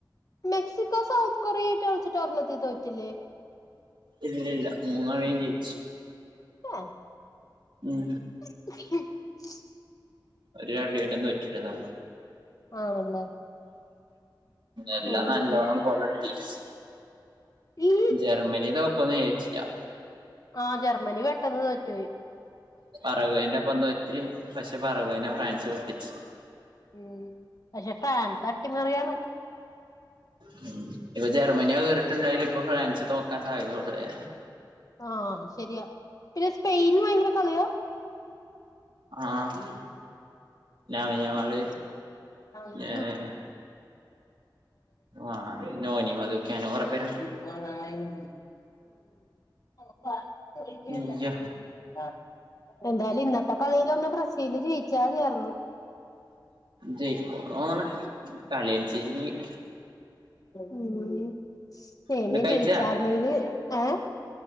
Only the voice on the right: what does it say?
ഇല്ല്യ ഇല്ല മൂന്നാളിം ജയ്ച്ച്
ഉം
ഒര് കളിടെ തോറ്റില്ലേന്നാ
എല്ലാം
നല്ലോണ്ണം ക്വാളിറ്റിസ്
ജർമ്മനിടെ ഒപ്പോന്ന് ജയിച്ചില്ല
പർകുന്റെപ്പം തോറ്റ് പക്ഷെ പറകുനെ ഫ്രാൻസ് പൊട്ടിച്ച്
ഉം ഇപ്പ ജർമ്മയോ കേറിട്ടുണ്ടായില്ല ഇപ്പൊ ഫ്രാൻസ് തോക്കാൻ സാദ്യത കൂടുതലാന്
ആഹ് ലാമിൻയമാള്
ഏഹ് ആഹ് നോനിമദ്ഹ് കേനോ റബിയാണ്
ഇയ്യ
ജയിക്കോന്ന് തോന്ന്ണ് കളി അനുസരിച്ചിരിക്കും
എന്നിട്ട് കഴിച്ചാ